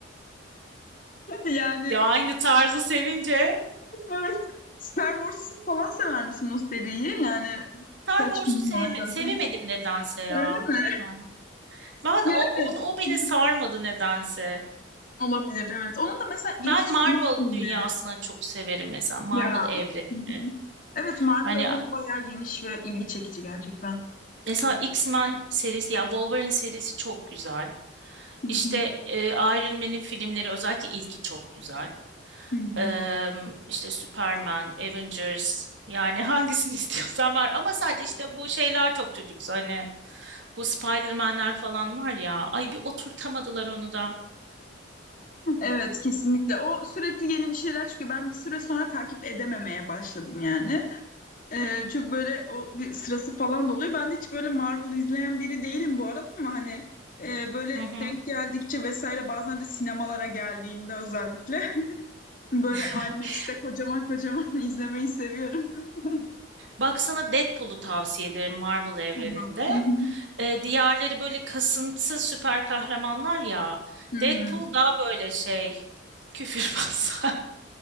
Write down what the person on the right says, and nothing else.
Ya aynı tarzı sevince
Star
Wars'u
sevme,
sevemedim nedense ya
ben.
Ben
o,
onu, o beni
sarmadı nedense.
Ben
Marvel
dünyasına çok severim mesela Marvel
evrenini.
Hani
mesela
X-Men serisi yani Wolverine serisi çok güzel.
İşte e, Iron Man'in filmleri özellikle ilki çok güzel.
Eee, işte Superman, Avengers yani hangisini <laughs> istiyorsan var. Ama sadece işte bu şeyler çok çocuksu hani bu Spider-Man'ler falan var ya. Ay bir oturtamadılar onu da.
Hı hı.
<laughs>
Baksana Deadpool'u tavsiye ederim Marvel evreninde.
E, diğerleri böyle kasıntı süper kahramanlar ya.
Deadpool
daha böyle şey küfürbaz.